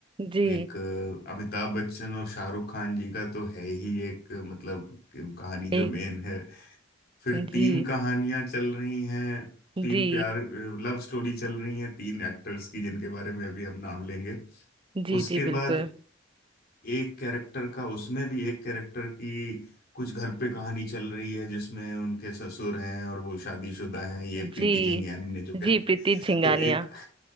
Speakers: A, on the right (about 25°); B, on the left (about 50°).
A: जी
B: एक अ, अमिताभ बच्चन और शाहरुख खान जी का तो है ही एक अ, मतलब कहानी
A: एक
B: जो मेन है फिर तीन
A: जी
B: कहानियां चल रही हैं तीन
A: जी
B: प्यार लव स्टोरी चल रही हैं तीन एक्टर्स की जिनके बारे में अभी हम नाम लेंगे
A: जी
B: उसके
A: जी बिल्कुल
B: बाद एक कैरेक्टर का उसमें भी एक कैरेक्टर की कुछ घर पे कहानी चल रही है जिसमें उनके ससुर हैं और वो शादीशुदा हैं ये
A: जी
B: प्रीति जिंगियानी ने जो कैरेक्टर
A: जी प्रीति झिंगानिया
B: तो एक